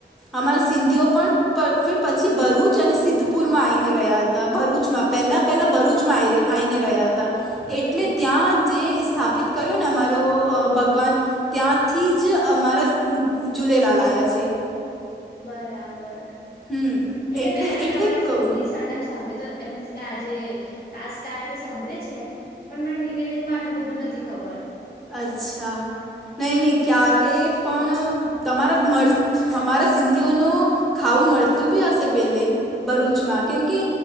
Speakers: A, in the centre; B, on the left.
A: અમારા સિંધીઓ પણ પછી ભરૂચ અને સિદ્ધપુરમાં આવીને રહ્યા હતા. ભરૂચમાં પહેલા પહેલા ભરૂચમાં આવીને રહ્યા હતા, એટલે
B: એવું
A: ત્યાં જે સ્થાપિત કર્યો ને અમારો ભગવાન. ત્યાંથી જ અમારા ઝૂલેલાલ આવ્યા છે.
B: બરાબર,
A: હમ
B: એટલે મેં આ
A: એટલે
B: તમારી
A: જ
B: સિંધી
A: કહું
B: સરનેમ સાંભળ્યું તો એમીન્સ આજે, કાસ સાંભળી છે, પણ મને ડિટેલિંગમાં આટલું બધું નથી ખબર.
A: અચ્છા, નહીં
B: હા
A: નહીં ક્યારે પણ તમારા મળ અમારા સિંધીઓ ન ખાવું મળતું બી હશે પેલે ભરૂચમાં કેમકે